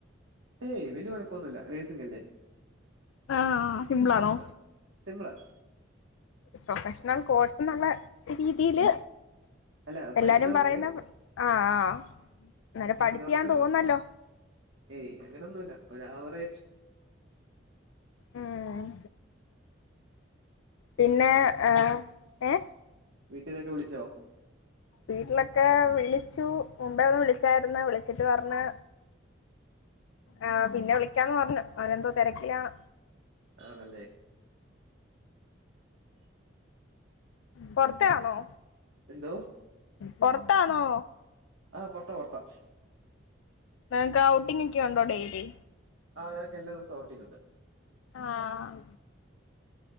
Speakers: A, on the right; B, on the left.
A: ഏയ് വലിയ കുഴപ്പൊന്നുമില്ല നഴ്സിംഗ് അല്ലേ
B: ആഹ് സിമ്പിളാണോ
A: ആഹ് സിമ്പ്ളാ
B: പ്രൊഫഷണൽ കോഴ്സ് എന്നുള്ള രീതിയില്
A: അല്ല
B: എല്ലാരും
A: പഠിക്കുന്നവർക്കെ
B: പറയുന്നേ ആഹ് ആഹ് നല്ല
A: പഠിക്കുന്നവർക്ക്
B: പഠിപ്പിയാന്ന് തോണന്നല്ലോ
A: ഏയ് അങ്ങനൊന്നുമല്ല ഒരു ആവറേജ്.
B: ഉം പിന്നെ ഏഹ്.
A: വീട്ടീന്നൊക്കെ വിളിച്ചോ?
B: വീട്ടിലൊക്കെ വിളിച്ചു മുമ്പേ ഒന്ന് വിളിച്ചായിരുന്നു വിളിച്ചിട്ട് പറഞ്ഞ്. ആ പിന്നെ വിളിക്കാന്ന് പറഞ്ഞു അവരെന്തോ തിരക്കിലാണ്.
A: ആണല്ലേ.
B: പൊറത്താണോ.
A: എന്തോ.
B: പൊറത്താണോ.
A: ആഹ് പൊർത്താ പൊർത്താ.
B: നിങ്ങക്ക് ഔട്ടിംഗ് ഒക്കെ ഉണ്ടോ ഡെയ്ലി.
A: ആഹ് ഞങ്ങൾക്ക് എല്ലാ ദിവസം ഔട്ടിങ് ഉണ്ട്
B: ആഹ്.